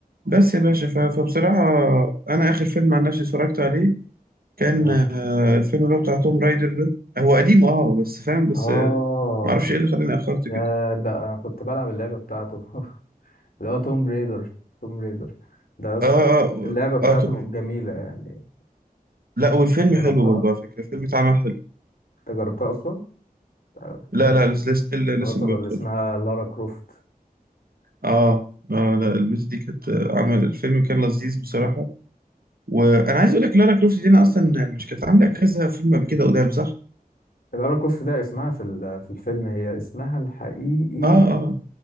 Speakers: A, on the right; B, on the left.
A: بس يا باشا ف- فبصراحة أنا آخر فيلم عن نفسي اتفرجت عليه كان
B: اه
A: آه، الفيلم اللي هو بتاع توم رايدر ده هو قديم أه بس فاهم بس
B: اه
A: آه، معرفش إيه اللي خلاني أخرت
B: يا
A: كده
B: ده انا كنت بلعب اللعبه بتاعته <laughs> اللي هو توم بريدر توم بريدر ده يا اسطى
A: أه أه أه
B: اللعبه بتاعته
A: آه، توم رايدر
B: جميله يعني
A: لا والفيلم
B: جربتها
A: حلو برضه على فكرة الفيلم اتعمل حلو
B: انت جربتها اصلا آه،
A: لا
B: لا
A: لا لسه ستيل
B: البطله
A: لسه مبطل
B: اللي اسمها لارا كروفت
A: أه أه لا البت دي كانت آه، عمل الفيلم كان لذيذ بصراحة وأنا عايز أقول لك لارا كروفت دي أنا أصلا مش كانت عاملة كذا فيلم قبل كده قدام صح؟
B: لارا كروفت ده اسمها في ال- في الفيلم هي اسمها الحقيقي
A: أه أه